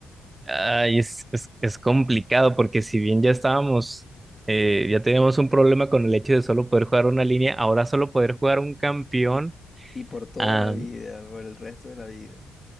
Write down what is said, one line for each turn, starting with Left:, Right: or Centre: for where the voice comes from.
Right: Ay, es, es, es complicado porque si bien ya estábamos, eh, ya teníamos un problema con el hecho de solo poder jugar una línea, ahora solo poder jugar un campeón.
Left: Y por toda
Right: ah,
Left: la vida, por el resto de la vida.